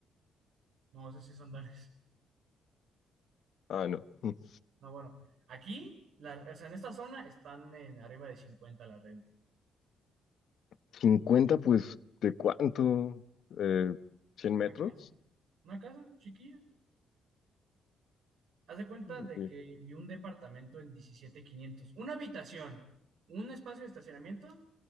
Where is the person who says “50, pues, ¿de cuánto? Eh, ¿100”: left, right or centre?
Left